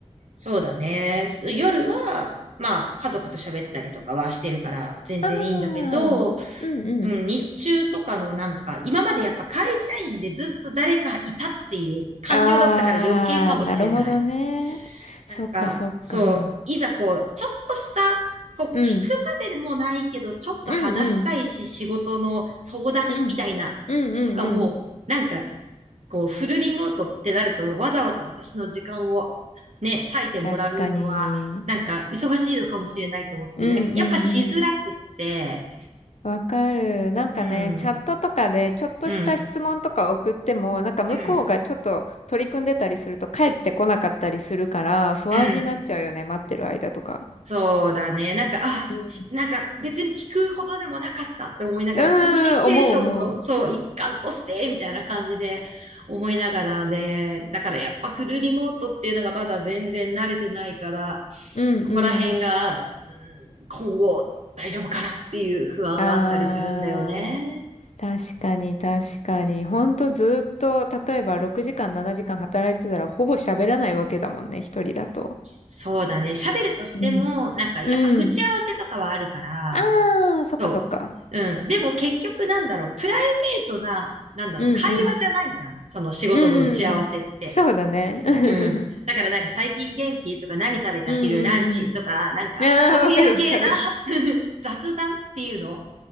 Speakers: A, on the right; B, on the left.
A: そうだね。夜は、まあ家族と喋ったりとかはしてるから全然いいんだけど、
B: ああ、うんうん。
A: うん、日中とかのなんか、今までやっぱ会社員でずっと誰かいたっていう環境だったから余計かもしれない。
B: ああ、なるほどね。
A: なんか、
B: そっかそっか。
A: そう、いざこう、ちょっとした、こう、聞く
B: うん。
A: まででもないけど、ちょっと話したいし、
B: うん
A: 仕事の相談みたいな、
B: うん。うんうんうん。
A: とかも、なんか、こう、フルリモートってなると、わざわざ私の時間をね、割いてもらうのは、
B: 確かに。
A: なんか、忙しいのかもしれないと思って、
B: うんうんうん。
A: なんかやっぱしづらくって、
B: わかる。なんかね、
A: うん、
B: チャットとかでちょっとした質問とか送っても、
A: うん、
B: なんか向こうがちょっと取り組んでたりすると帰ってこなかったりするから不安になっちゃうよね、
A: うん、うん、
B: 待ってる間とか。
A: そうだね。なんか、あ、
B: うん。
A: しなんか別に聞くほどでもなかったって思いながら、
B: うーん、
A: コミュニケーションの、
B: 思う思う。
A: そう、一環として、みたいな感じで思いながらで、だからやっぱフルリモートっていうのがまだ全然慣れてないから、
B: うん
A: そこら辺が、
B: う
A: うん今後大丈夫かなっていう不安はあったりするんだよね。
B: ん。あー。確かに確かに。ほんとずっと、例えば6時間7時間働いてたらほぼ喋らないわけだもんね、一人だと。
A: そうだね。喋るとしても、
B: うん。
A: なんかやっぱ打ち合わせとかはあるから、
B: うん。ああ、そっかそっか。
A: そう。うん。でも結局なんだろう、プライベートな、なんだろう、
B: うんうん。
A: 会話じゃないじゃん。その仕事の打ち合わせって。
B: うん。そうだね。<laughs>
A: うん。だからなんか最近元気とか何食べた昼ランチとか、
B: うんうん
A: なんかそういう系な
B: うん。ああ、わかるわかる。
A: <laughs> 雑談っていうの。